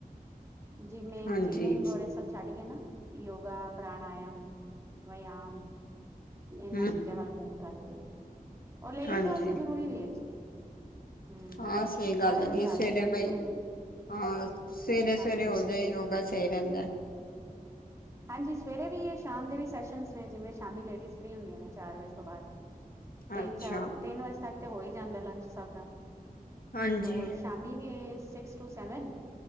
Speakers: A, on the right; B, on the left.
A: ਜਿਮਿੰਗ
B: ਹਾਂਜੀ
A: -ਜਿਮਿੰਗ ਰ ਸਭ ਛੱਡ ਕੇ ਨਾ ਯੋਗਾ ਪ੍ਰਾਣਾਯਮ ਵਿਆਮ ਇਹਨਾਂ
B: ਹਮ
A: ਚੀਜ਼ਾਂ ਵੱਲ ਮੂ ਕਰ ਰਹੀ ਹੈ, ਔਰ ਲੇਡੀਜ਼
B: ਹਾਂਜੀ
A: ਵਾਸਤੇ ਜ਼ਰੂਰੀ ਵੀ ਹੈ ਐਕਚੁਲੀ ਹਮ
B: ਹਾਂ ਸਹੀ ਗੱਲ
A: ਸਾਰਾ
B: ਹੈਗੀ
A: ਦਿਨ
B: ਇਸ
A: ਘਰ ਲੱਗੀਆਂ
B: ਵੇਲੇ
A: ਰਹਿੰਦੀਆਂ
B: ਬਈ ਹਾਂ, ਸਵੇਰੇ-
A: ਹਾਂਜੀ
B: ਸਵੇਰੇ ਹੋ ਜਾਏ ਯੋਗਾ ਸਹੀ ਰਹਿੰਦਾ।
A: ਹਾਂਜੀ। ਸਵੇਰੇ ਵੀ ਇਹ ਸ਼ਾਮ ਦੇ ਵੀ ਸੈਸ਼ਨ ਨੇ ਜਿਵੇਂ ਸ਼ਾਮੀ ਲੇਡੀਜ਼ ਫ੍ਰਰੀ ਹੁੰਦੀਆਂ ਨੇ ਚਾਰ ਵਜੇ ਤੋਂ ਬਾਅਦ ਤਿੰਨ
B: ਅੱਛਾ
A: -ਚਾਰ ਤਿੰਨ ਵਜੇ ਤੱਕ ਤੇ ਹੋ ਹੀ ਜਾਂਦਾ ਲੰਚ ਸਭ ਦਾ।
B: ਹਾਂਜੀ
A: ਤੋ ਸ਼ਾਮੀ ਵੀ ਸਿਕਸ ਟੂ ਸੈਵਨ